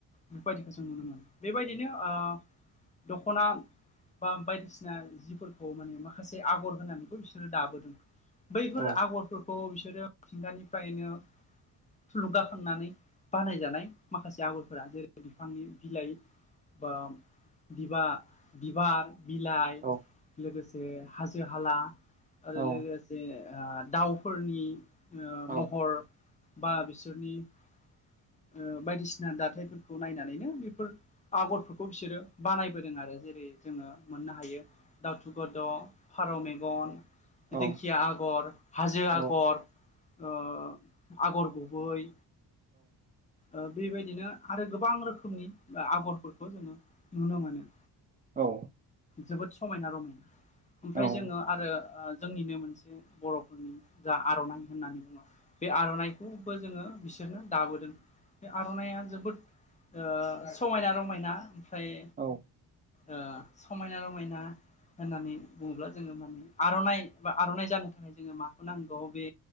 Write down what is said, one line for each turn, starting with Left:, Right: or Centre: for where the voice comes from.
Left: फोरबायदिखौ जों नुनो मोनो बेबायदिनो ओ दख ना बा बायदिसिना जिफोरखौ माने माखासे आगर होनानैखौ बिसोरो दाबोदों बैफोर
Right: औ
Left: आगरफोरखौ बिसोरो मिथिंगानिफ्रायनो थुलुंगाखांनानै बानायजानाय माखासे आगरफोरा जेरै बिफांनि बिलाइ बा बिबा बिबार बिलाइ
Right: औ
Left: लोगोसे हाजो हाला आरो
Right: औ
Left: लोगोसे आ दाउफोरनि ओ
Right: औ
Left: महर बा बिसोरनि ओ बायदिसिना दाथायफोरखौ नायनानैनो बेफोर आगरफोरखौ बिसोरो बानायबोदों आरो जेरै जोङो मोननो हायो दाउथुगद फारौ मेगन
Right: औ
Left: दिंखिया आगर हाजो आगर
Right: औ
Left: ओ आगर गुबै ओ बेबायदिनो आरो गोबां रोखोमनि आगरफोरखौ जोङो नुनो मोनो
Right: औ
Left: जोबोद समायना रमायना
Right: औ
Left: ओमफ्राय जोङो आरो आ जोंनिनो मोनसे बरफोरनि जा आरनाइ होननानै बुङो बे आरनाइ खौबो जोङो बिसोरनो दाबोदों बे आरनाइया जोबोद ओ समायना रमायना ओमफ्राय
Right: औ
Left: ओ समायना रमायना होननानै बुङोब्ला जोङो माने आरनाइ बा आरनाइ जानो थाखाय जोङो माखौ नांगौ बे